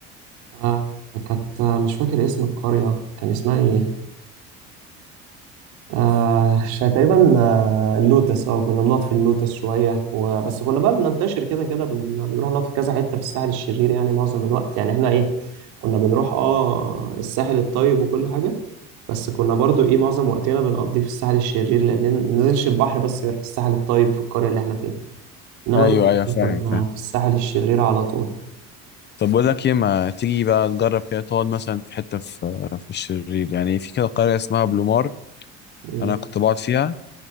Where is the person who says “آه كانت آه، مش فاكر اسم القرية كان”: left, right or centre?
Right